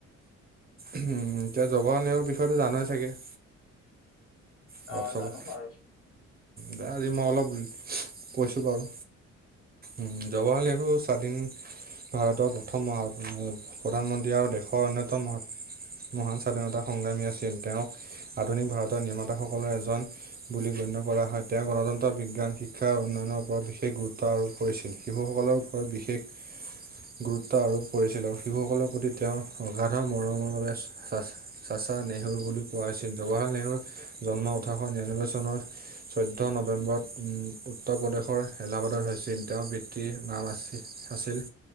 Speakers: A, on the right; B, on the left.
A: উমঁ এতিয়া জবহলাল নেহৰু বিষয়েটো জানেই চাগে অলপ
B: অ
A: চলপ
B: জানো বাৰু
A: দে আজি মই অলপ কৈছোঁ বাৰু উমঁ জৱাহল নেহৰু হৈছে স্বাধীন ভাৰতৰ প্ৰথম মহা প্ৰধানমন্ত্ৰী আৰু দেশৰ অন্যতম মহাত- মহান স্বাধীনতা সংগ্ৰামী আছিল তেওঁক আধুনিক ভাৰতৰ নিৰ্মাতাসকলৰ এজন- বুলি গণ্য কৰা হয় তেওঁ গণতন্ত্ৰ বিজ্ঞান শিক্ষা আৰু উন্নয়নৰ ওপৰত বিশেষ গুৰুত্ব আৰোপ কৰিছিল। শিশুসকলৰ ওপৰত বিশেষ গুৰুত্ব আৰোপ কৰিছিল আৰু শিশুসকলৰ প্ৰতি তেওঁ অগাধ- মৰমৰ বাবে চা চাচা নেহৰু বুলি কোৱাছিল জৱাহৰলাল নেহৰু- জন্ম ওঠৰশ নিৰানব্বৈ চনৰ- চৈধ্য নৱেম্বৰত উত্তৰ প্ৰদেশৰ এলাবাদত হৈছিল তেওঁৰ পিতৃ নাম আছিল- আছিল